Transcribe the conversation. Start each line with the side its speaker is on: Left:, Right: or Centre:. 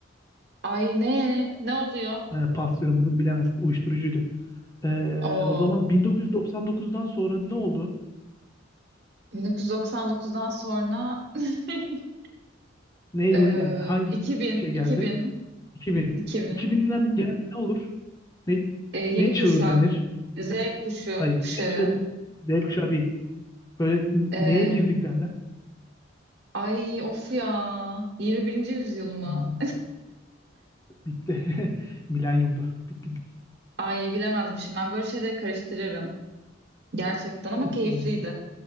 Right: Ay ne? Ne oluyor?
Left: Ee, pas diyorum bunu bilemezsin. Uyuşturucuydu. Ee,
Right: Oo.
Left: o zaman 1999'dan sonra ne oldu?
Right: 1999'dan sonra <laughs>
Left: Ne yıl
Right: Ee,
Left: geldi? Hangi
Right: 2000,
Left: şey geldi?
Right: 2000,
Left: 2000.
Right: 2000.
Left: 2000'ler genelde ne olur? Ne
Right: Ee, yeni
Left: ne çağı
Right: kuşak,
Left: denir?
Right: Z kuşu,
Left: Hayır.
Right: kuşağı.
Left: Ne çağı denir? Z kuşağı değil. Böyle n-
Right: Ee,
Left: neye girdik derler?
Right: ay of ya. 21. yüzyıl mı?
Left: Hmm, Bitti. <laughs> Milenyumda. Bitti.
Right: <laughs> Ay bilemezmişim. Ben böyle şeyleri karıştırırım. Gerçekten ama
Left: <laughs>
Right: keyifliydi.
Left: Sorun değil.